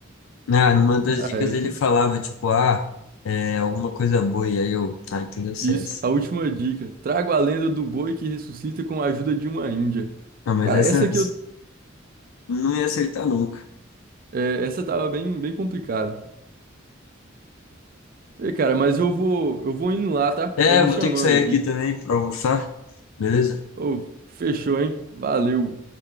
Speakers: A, on the left; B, on the right.
A: Ah, numa das
B: Ai,
A: dicas ele falava, tipo, ah, é alguma coisa boi. Aí eu, ah, então deve ser
B: Isso,
A: essa.
B: a última dica. Trago a lenda do boi que ressuscita com a ajuda de uma índia.
A: Ah, mas
B: Cara,
A: essa
B: essa aqui eu,
A: não ia acertar nunca.
B: é, essa tava bem, bem complicada. Ei, cara, mas eu vou, eu vou indo lá, tá?
A: É,
B: Estão me
A: eu vou
B: chamando
A: ter que sair
B: aqui.
A: aqui também pra almoçar, beleza?
B: Ô, fechou, hein? Valeu.